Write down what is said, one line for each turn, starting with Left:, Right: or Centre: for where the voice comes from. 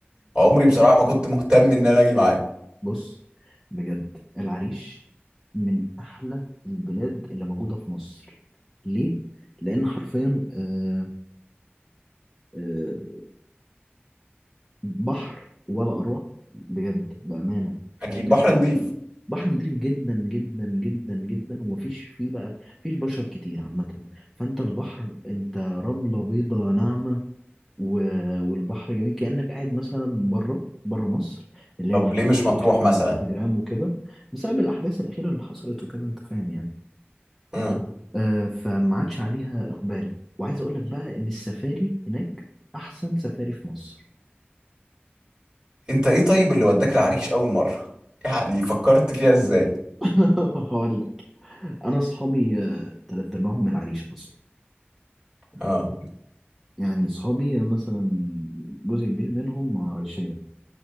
Right: عمري بصراحه ما كنت مهتم ان انا اجي معاه
Centre: بص بجد العريش من احلى البلاد اللي موجوده في مصر ليه لان حرفيا آه، آه، بحر ولا اروع بجد بامانه
Right: اكيد
Centre: وكمان
Right: بحر نظيف
Centre: بحر نظيف جدا جدا جدا جدا ومفيش فيه بقى مفيش بشر كتير عامه فانت البحر انت رمله بيضه ناعمه و- والبحر جميل كأنك قاعد مثلا بره بره مصر اللي
Right: طب
Centre: هي الحاجات
Right: ليه مش
Centre: اللي
Right: مطروح
Centre: بتشوفها
Right: مثلا
Centre: على الانستجرام وكده بسبب الأحداث الأخيرة اللي حصلت وكده أنت فاهم يعني
Right: امم
Centre: آه فما عادش عليها إقبال وعايز أقول لك بقى إن السفاري هناك أحسن سفاري في مصر
Right: انت ايه طيب اللي وداك العريش اول مره يعني فكرت فيها ازاي
Centre: <laughs> هقول لك أنا أصحابي آه، تلات أرباعهم من العريش أصلا
Right: اه
Centre: يعني أصحابي مثلا جزء كبير منهم عرايشية